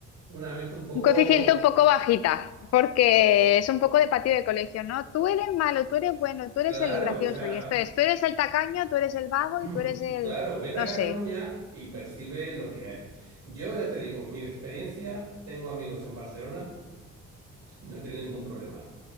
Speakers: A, on the right; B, on the left.
A: una mente un poco
B: un coeficiente un poco bajita, porque es un poco de patio de colegio, ¿no? Tú eres malo, tú eres bueno, tú eres
A: claro,
B: el gracioso.
A: o sea,
B: Y esto es, tú eres el tacaño, tú eres el vago
A: <clears throat>
B: y tú eres el,
A: claro, vete
B: no
A: a Cataluña
B: sé.
A: y percibe lo que hay. Yo ya te digo, mi experiencia, tengo amigos en Barcelona. No he tenido ningún problema.